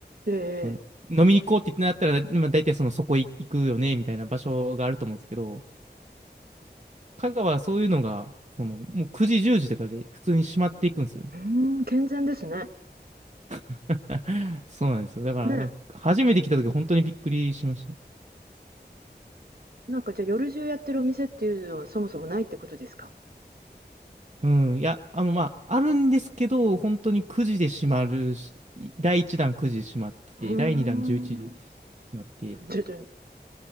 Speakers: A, on the right; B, on the right.
A: ええ
B: その飲みに行こうって言ってなったら、だまあ、大体そのそこ行くよね、みたいな場所があると思うんですけど、香川はそういうのが、その、もう9時、10時とかで普通に閉まっていくんですよね。
A: うん、健全ですね。
B: <laughs> そうなんですよ。だから、
A: ねえ。
B: なんか初めて来た時本当にびっくりしましたね。
A: なんかじゃあ夜中やってるお店っていうのはそもそもないってことですか？
B: うん、いや、あの、まあ、あるんですけど、本当に9時で閉まるし、第1弾9時で閉まって、
A: うーん。
B: 第2弾11時で閉まって、
A: 徐々に